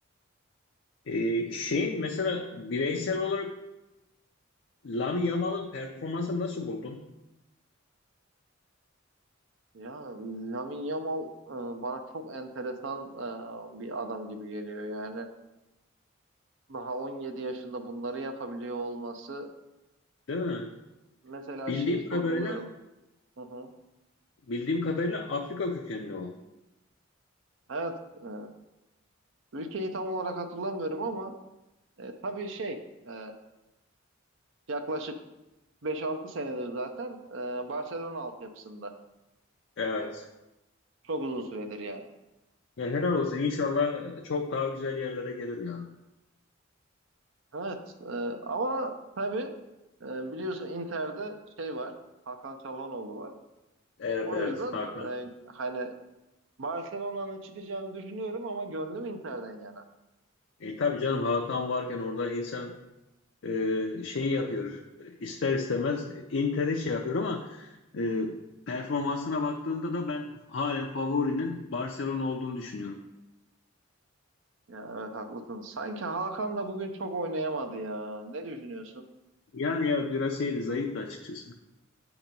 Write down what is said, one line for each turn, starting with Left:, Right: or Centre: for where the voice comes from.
Left: Ee, şeyin mesela bireysel olarak Lamine Yamal'ın performansını nasıl buldun?
Right: Ya Lamine Yamal e, bana çok enteresan e, bir adam gibi geliyor yani. Daha 17 yaşında bunları yapabiliyor olması
Left: Değil mi?
Right: mesela
Left: Bildiğim
Right: şeyi sorguluyorum.
Left: kadarıyla
Right: Hı hı.
Left: bildiğim kadarıyla Afrika kökenli o.
Right: Evet, e, ülkeyi tam olarak hatırlamıyorum ama e, tabii şey e, yaklaşık beş altı senedir zaten e, Barcelona altyapısında.
Left: Evet.
Right: Çok uzun süredir yani.
Left: Ya helal olsun. İnşallah çok daha güzel yerlere gelir ya.
Right: Evet e, ama tabii e, biliyorsun Inter'de şey var Hakan Çalhanoğlu var.
Left: Evet
Right: O
Left: evet
Right: yüzden
Left: Hakan.
Right: e, hani Barcelona'nın çıkacağını düşünüyorum ama gönlüm Inter'den yana.
Left: E, tabii canım Hakan varken orada insan e, şeyi yapıyor. E, ister istemez Inter'i şey yapıyor ama e, performansına baktığında da ben halen favorinin Barcelona olduğunu düşünüyorum.
Right: Ya evet haklısın. Sanki Hakan da bugün çok oynayamadı ya. Ne düşünüyorsun?
Left: Yani evet biraz şeydi zayıftı açıkçası.